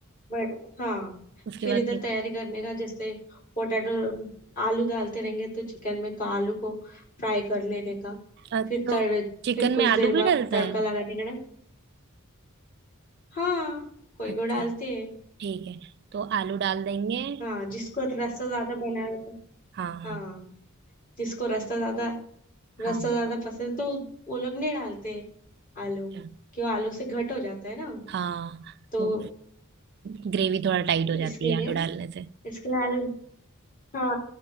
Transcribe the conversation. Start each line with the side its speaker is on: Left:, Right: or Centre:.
Left: बट हाँ
Right: उसके
Left: फिर
Right: बाद
Left: इधर
Right: क्या
Left: तैयारी करने का जैसे पोटैटो आलू डालते रहेंगे तो चिकन में तो आलू को फ्राई कर लेने का
Right: अ,
Left: फिर
Right: तो
Left: तड़
Right: चिकन
Left: फिर कुछ
Right: में आलू
Left: देर बाद
Right: भी डलता
Left: तड़का
Right: है
Left: लगाने का हाँ कोई
Right: अच्छा
Left: को डालते हैं
Right: ठीक है तो आलू डाल देंगे
Left: हाँ जिसको रस्ता ज्यादा बना रहता है
Right: हाँ हाँ
Left: हाँ जिसको रस्ता ज्यादा रस्ता
Right: हाँ,
Left: ज्यादा पसंद है, तो वो लोग नहीं डालते आलू
Right: अच्छा
Left: क्यों आलू से घट हो जाता है ना
Right: हाँ
Left: तो
Right: वो ग्रेवी थोड़ा टाइट हो जाती
Left: इसके
Right: है
Left: लिए
Right: आलू डालने से
Left: इसके लिए आलू हाँ